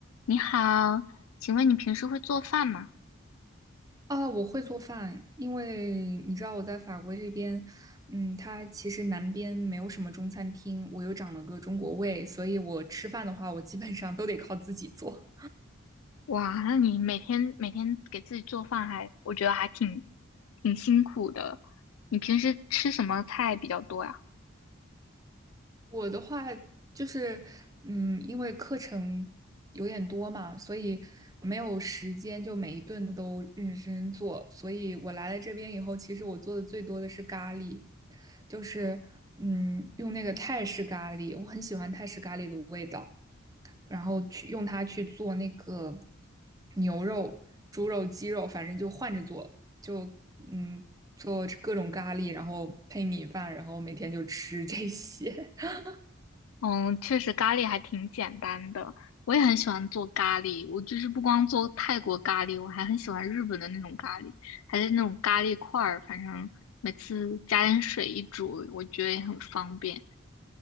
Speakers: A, on the left; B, on the right.
A: 你好，请问你平时会做饭吗？
B: 啊，我会做饭，因为你知道我在法国这边，嗯，它其实南边没有什么中餐厅，我又长了个中国胃，所以我吃饭的话，我基本上都得靠自己做。
A: 哇，那你每天每天给自己做饭还，我觉得还挺挺辛苦的。你平时吃什么菜比较多呀？
B: <laughs> 我的话就是，嗯，因为课程有点多嘛，所以没有时间就每一顿都认认真真做，所以我来了这边以后，其实我做的最多的是咖喱，就是嗯，用那个泰式咖喱，我很喜欢泰式咖喱的味道。然后去用它去做那个牛肉、猪肉、鸡肉，反正就换着做，就嗯做各种咖喱，然后配米饭，然后每天就吃这些。<laughs>
A: 嗯，确实咖喱还挺简单的。我也很喜欢做咖喱，我就是不光做泰国咖喱，我还很喜欢日本的那种咖喱，还是那种咖喱块儿，反正每次加点水一煮，我觉得也很方便，